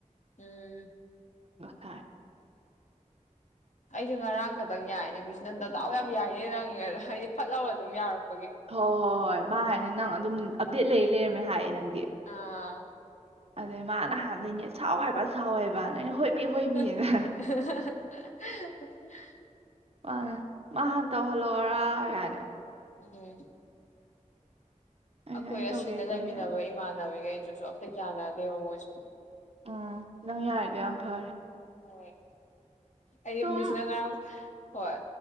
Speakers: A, on the left; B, on the right.
A: ꯎꯝ
B: ꯊꯥꯔꯦ
A: ꯑꯩꯁꯨ ꯉꯔꯥꯡ ꯈꯛꯇꯪ ꯌꯥꯏꯅꯦ ꯃꯤꯁꯅ ꯅꯗꯥꯎ ꯌꯥꯝ ꯌꯥꯏꯅꯦ ꯅꯪꯉꯦꯅ ꯍꯥꯏꯗꯤ ꯐꯠꯍꯔꯒ ꯑꯗꯨꯝ ꯌꯥꯔꯄ
B: ꯍꯣꯏ ꯍꯣꯏ ꯍꯣꯏ ꯃꯥ ꯍꯥꯏꯅꯤ ꯅꯪ ꯑꯗꯨꯝ ꯑꯞꯗꯦꯗ ꯂꯩꯔ ꯂꯩꯔꯝꯃꯦ ꯍꯥꯏꯌꯦ ꯅꯪꯒꯤ
A: ꯑꯥ
B: ꯑꯗꯩ ꯃꯥ ꯅꯍꯥꯟꯗꯒꯤꯅꯦ ꯁꯥꯎ ꯍꯥꯏꯕ ꯁꯥꯎꯋꯦꯕꯅ ꯑꯩꯅ
A: ꯍ
B: ꯍꯣꯏꯃꯤ ꯍꯣꯏꯃꯤꯅ
A: ꯍꯍꯍ ꯍ
B: ꯄ ꯃꯥ ꯍꯥꯟꯅ ꯇꯧꯍꯜꯂꯛꯑꯣꯔꯥ ꯀꯥꯏꯅ
A: ꯎꯝ
B: ꯑꯩꯅ
A: ꯑꯩꯈꯣꯏ
B: ꯑꯩ ꯇꯧꯒꯦ
A: ꯑꯁꯤꯗ
B: ꯑꯩ
A: ꯂꯩꯃꯤꯟꯅꯕ
B: ꯇꯧꯒꯦ
A: ꯏꯃꯥꯟꯅꯕꯤꯒꯩ ꯁꯨ ꯑꯝꯇ ꯌꯥꯅꯗꯦꯕ ꯃꯣꯏꯁꯨ
B: ꯎꯝ ꯅꯪ ꯌꯥꯔꯗꯤ ꯌꯥꯝ ꯐꯔꯦ
A: ꯑ ꯑꯩ
B: ꯁꯨꯝ
A: ꯃꯤꯁꯅ ꯉꯔꯥ ꯍꯣꯏ